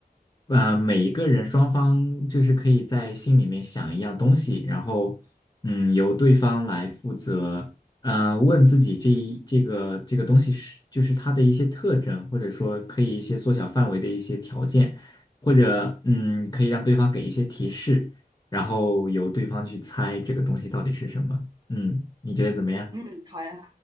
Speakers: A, on the left; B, on the right.
A: 呃，每一个人双方就是可以在心里面想一样东西，然后，嗯，由对方来负责，嗯、呃问自己这一这个这个东西是就是它的一些特征，或者说可以一些缩小范围的一些条件，或者嗯，可以让对方给一些提示，然后由对方去猜这个东西到底是什么。嗯，你觉得怎么样？
B: 嗯，好呀，